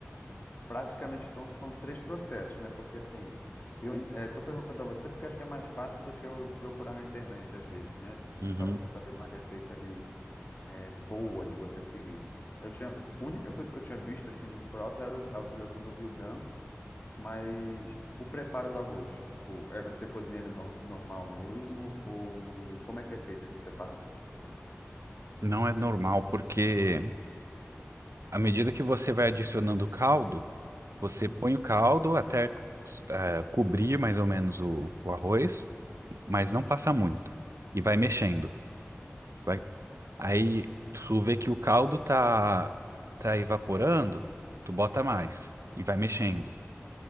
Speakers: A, on the left (about 40°); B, on the right (about 85°).
A: Praticamente, então, são três processos, né? Porque assim, eu estou perguntando para você porque acho que é mais fácil do que eu procurar na internet às vezes, né? Tipo,
B: Uhum.
A: para você saber uma receita ali é, boa de você seguir. Eu tinha... A única coisa que eu tinha visto, assim, muito por alto era o- a utilização do vinho branco Mas o preparo do arroz, tipo, é você cozinha ele no- normal mesmo? Ou como é que é feito esse preparo?
B: Não é normal, porque à medida que você vai adicionando o caldo, você
A: Uhum.
B: põe o caldo até eh, cobrir mais ou menos o, o arroz, mas não passa muito. E vai mexendo. Vai... Aí tu vê que o caldo tá, tá evaporando, tu bota mais e vai mexendo.